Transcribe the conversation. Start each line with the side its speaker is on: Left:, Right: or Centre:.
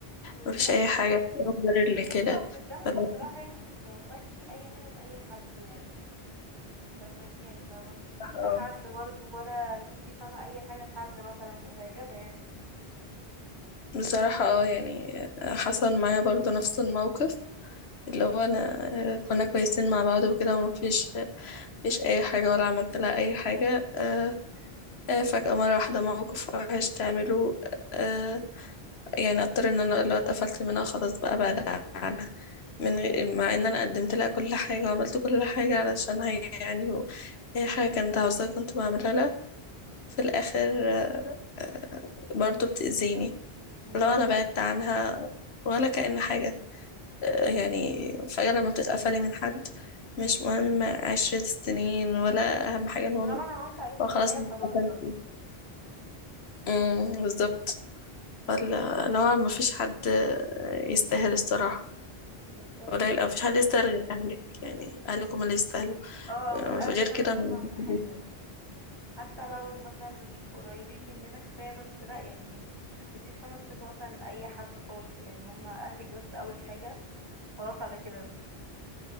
Right: بالظبط
Left: ما فيش اي حاجة تقدر اللي
Right: بصي
Left: كده
Right: هو في الزمن
Left: فاللي
Right: ده بصراحة يعني تتوقعي فيه أي حاجة من أي حد يعني فاهماني يعني ما ما تثقيش
Left: هو-
Right: في حد برضه ولا تدي فاهمة أي حاجة لحد مثلا وهكذا يعني
Left: بصراحة اه يعني آه، حصل معايا برضو نفس الموقف اللي هو انا كنا كويسين مع بعض وكده ومفيش مفيش اي حاجة ولا عملت لها اي حاجة آه، آه، فجأة مرة واحدة موقف وحش تعمله آه، يعني اضطر ان انا اللي هو اتقفلت منها خلاص بقى بعد عنها من غير مع ان انا قدمت لها كل حاجة وعملت كل حاجة علشان هي يعني و- اي حاجة كانت عاوزاها كنت بعملها لها في الاخر آه، آه، برضو بتأذيني
Right: مم.
Left: لو انا بعدت عنها ولا كأن حاجة آه، يعني فجأة لما بتتقفلي من حد مش مهم عشرة سنين ولا أهم حاجة المهم
Right: طالما أنا هونت عليك
Left: هو
Right: من
Left: خلاص
Right: البداية
Left: انت
Right: خلاص
Left: اتقفلتي
Right: بقى
Left: امم بالظبط ولا لو مفيش حد يستاهل الصراحة
Right: بالظبط
Left: قليل أو مفيش حد يستاهل غير أهلك يعني أهلك هم اللي يستاهلوا
Right: اه
Left: آه،
Right: هما الأهل
Left: غير
Right: فعلا
Left: كده
Right: هما
Left: مفيش
Right: أهم حاجة
Left: حد.
Right: حتى لو مثلا مش قريبين مننا كفاية بس لأ يعني ما تديش فاهمة الثقة مثلا لأي حد خالص يعني هما أهلك بس أول حاجة خلاص على كده